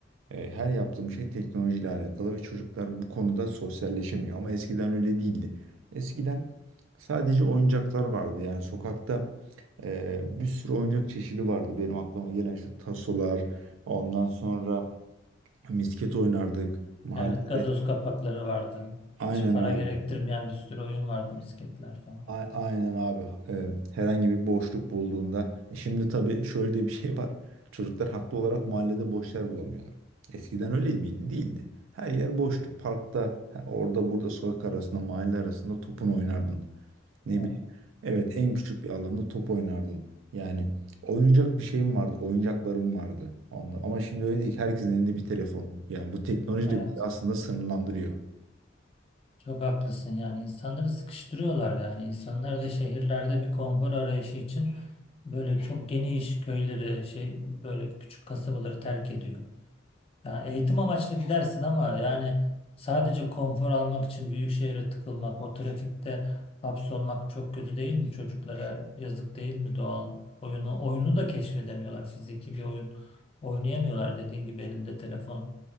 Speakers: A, on the right; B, on the left.
A: e, her yaptığım şey teknolojiyle alakalı ve çocuklar bu konuda sosyalleşemiyor. Ama eskiden öyle değildi. Eskiden sadece oyuncaklar vardı. Yani sokakta e, bir sürü oyuncak çeşidi vardı. Benim aklıma gelen işte tasolar, ondan sonra misket oynardık. Mahallede
B: Evet, gazoz kapakları vardı.
A: Aynen
B: Hiç para
A: abi.
B: gerektirmeyen bir sürü oyun vardı, misketler falan.
A: A- aynen abi. Ee, herhangi bir boşluk bulduğunda. E şimdi tabii şöyle de bir şey var. Çocuklar haklı olarak mahallede boş yer bulamıyorlar. Eskiden öyle miydi? Değildi. Her yer boştu. Parkta, ha, orada burada sokak arasında, mahalle arasında topun oynardın. Ne
B: Evet,
A: bileyim. Evet, en küçük bir alanda top oynardın. Yani oynayacak bir şeyim vardı, oyuncaklarım vardı. Onunla. Ama şimdi öyle değil ki herkesin elinde bir telefon. Yani bu teknoloji
B: evet.
A: de bizi aslında sınırlandırıyor.
B: Çok haklısın yani insanları sıkıştırıyorlar yani insanlar da şehirlerde bir konfor arayışı için böyle çok geniş köyleri şey böyle küçük kasabaları terk ediyor. Yani eğitim amaçlı gidersin ama yani sadece konfor almak için büyük şehre tıkılmak, o trafikte hapsolmak çok kötü değil mi? Çocuklara yazık değil mi doğal oyunu? Oyunu da keşfedemiyorlar. Fiziki bir oyun oynayamıyorlar dediğin gibi elinde telefon